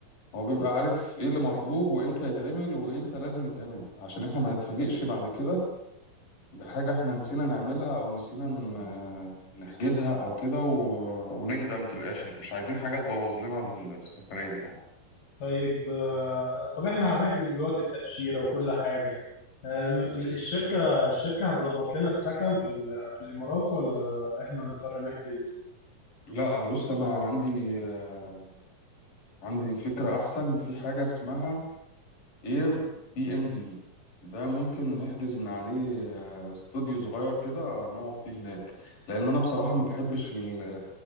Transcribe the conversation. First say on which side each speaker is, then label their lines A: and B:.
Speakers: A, on the left (about 60°); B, on the left (about 85°).
A: هو بيبقى عارف ايه اللي مطلوب وامتى يتعمل وامتى لازم يتعمل عشان احنا ما نتفاجئش بعد كده بحاجة احنا نسينا نعملها او نسينا ن- نحجزها او كده و... ونندم في الاخر مش عايزين حاجة تبوظ لنا السفرية يعني
B: طيب آه، طب احنا هنحجز دلوقتي التأشيرة وكل حاجة آه، م- الشركة الشركة هتظبط لنا السكن في ال- في الإمارات ولا احنا نضطر نحجز
A: لا بص انا عندي آه، عندي فكرة احسن في حاجة اسمها اير بي ان بي ده ممكن نحجز من عليه آه، استوديو صغير كده نقعد فيه هناك لان انا بصراحة ما بحبش ال...